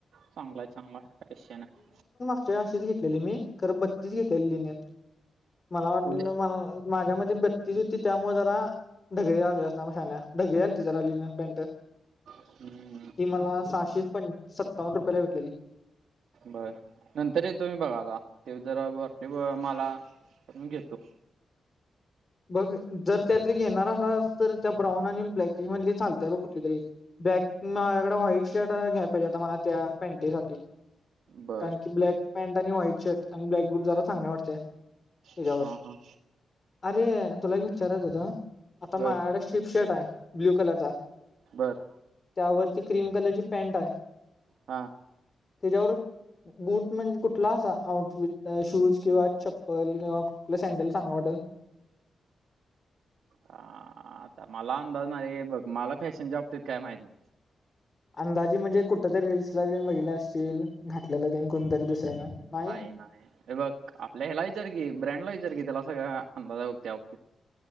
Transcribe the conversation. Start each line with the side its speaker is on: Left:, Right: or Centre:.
Right: चांगलाय चांगलाय काय विषय नाय.
Left: ही अशीच घेतलेली मी खरं बत्तीस घेतलेली लिनियन मला वाटलं
Right: उद्या
Left: मला. माझ्या मते तर, तीस होती त्यामुळं जरा ढगळी आली असनार शाण्या ढगई आलती जरा लिनन पॅन्ट.
Right: हम्म
Left: ती मला सहाशे पं सत्तावन्न रुपयला भेटलेली.
Right: बर नंतर येतो मी बघायला, ते जरा वरती ब मला म्हणून गेलतो.
Left: बघ जर त्यातली घेणार असलास तर त्या ब्राऊन आणि ब्लॅकिश मधली चालत्या बघ कुठली तरी एक. ब्लॅक माझ्याकडं व्हाईट शर्ट घ्या पाहिजे आता मला त्या पँटीसाठी.
Right: बर
Left: कारण की ब्लॅक पँन्ट आणि व्हाईट शर्ट आणि ब्लॅक बूट जरा चांगलं वाटते. त्याच्यावर.
Right: हा हा.
Left: अरे तुला एक विचाराचं होतं. आता
Right: बर
Left: माझ्याकडं शिप शर्ट हाय ब्ल्यू कलरचा.
Right: बरं.
Left: त्यावरची क्रीम कलरची पॅन्ट हाय.
Right: हा हा
Left: तेज्यावर, बूट म्हणजे कुठला असा आउटफिट शूज किंवा चप्पल किंवा कुटला सँडेल चांगला वाटतंय.
Right: हा आता मला अंदाज नाहीये बघ मला फॅशनच्या बाबतीत काय माहित नाय.
Left: अंदाजे म्हणजे कुठं तरी रील्सला तेन बघितलं असचील घातल्यालं तेन कोणतरी दुसऱ्यानं नाही.
Right: ए नाये. हे बघ आपल्या हेला विचार की ब्रँडला विचार की त्याला सगळं अंदाज हाय बग त्या बाबतीत.